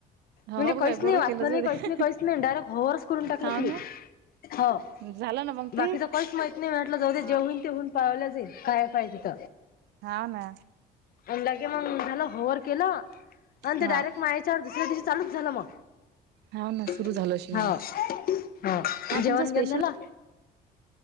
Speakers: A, on the right; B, on the left.
A: हा
B: म्हणजे
A: हो
B: कहीच
A: काय बरं
B: नाही वाचलं
A: केलं जाऊ
B: नाही, कहीच
A: दे
B: नाही कहीच नाही, डायरेक्ट हो वरच करून टाकलं
A: हाव
B: क्लिक.
A: ना
B: हो,
A: झालं ना मग
B: बाकीच
A: ते
B: काहीच माहीत नाही, मी म्हटल जाऊदे
A: हा
B: काय होईल ते होईल. पावलं जाईल, काय <unintelligible> तिथ.
A: हाव ना.
B: आणि लगे मग झालं हो वर केलं, आणि ते
A: हा
B: डायरेक्ट माय चार दुसऱ्या दिवशी चालूच झालं मग.
A: हाव ना
B: हो
A: सुरू झालं अशील
B: हो,
A: मग.
B: मग तेन जेवण
A: तुमचा स्पेशल
B: झालं?